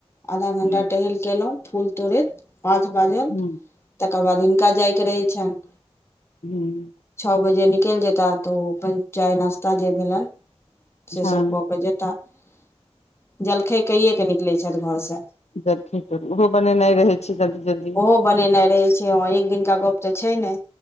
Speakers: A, on the left; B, on the left.
A: आधा घंटा
B: हूँ
A: टहैल केे एलौं फूल तोड़ैत पाँच बाजल
B: हूँ
A: तकर बाद हिनका जायके रहै छनि
B: हूँ
A: छ बजे निकैल जेता तऽ ओ अपन चाय नास्ता जे भेलैन से
B: हँ
A: सब क के जेता तऽ जलखैए कयेऽक निकलै छथि घरसँ
B: <unintelligible> ओहो बनेनाइ रहै छै जल्दी जल्दी
A: ओहो बनेनाइ रहे छै ह एक दिनका गप तऽ छै ने